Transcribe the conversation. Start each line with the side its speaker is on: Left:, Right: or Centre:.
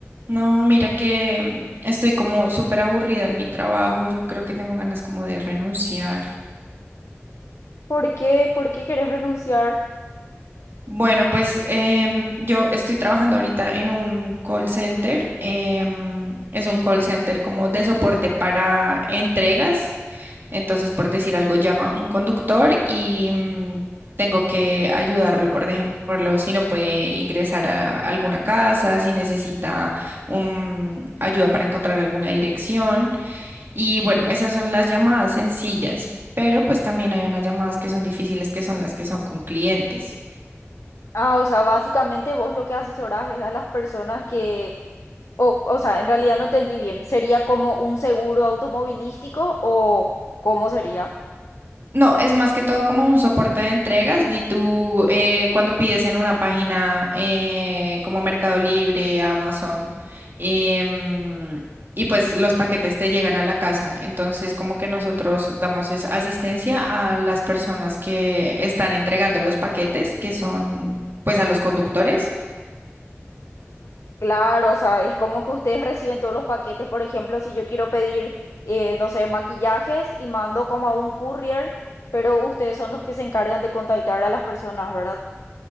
Right: No, mira que mm, estoy como súper aburrida en mi trabajo. Yo creo que tengo ganas como de renunciar.
Left: ¿Por qué? ¿Por qué querés renunciar?
Right: Bueno, pues em, yo estoy trabajando ahorita en un call center. em, es un call center como de soporte para entregas. Entonces, por decir algo, llama un conductor y mm, tengo que ayudarlo, por ejemplo, si no puede ingresar a alguna casa, si necesita un- ayuda para encontrar alguna dirección. Y bueno, esas son las llamadas sencillas, pero pues también hay unas llamadas que son difíciles, que son las que son con clientes.
Left: Ah, o sea, básicamente vos lo que asesorás es a las personas que, o, o sea, en realidad no entendí bien. ¿Sería como un seguro automovilístico o cómo sería?
Right: No, es más que todo como un soporte de entregas. Y tú, eh, cuando pides en una página eh, como Mercado Libre, Amazon, em, y pues los paquetes te llegan a la casa. Entonces, como que nosotros damos es asistencia a las personas que están entregando los paquetes, que son pues a los conductores.
Left: Claro, o sea, es como que ustedes reciben todos los paquetes. Por ejemplo, si yo quiero pedir, eh, no sé, maquillajes y mando como a un courier, pero ustedes son los que se encargan de contactar a las personas, ¿verdad?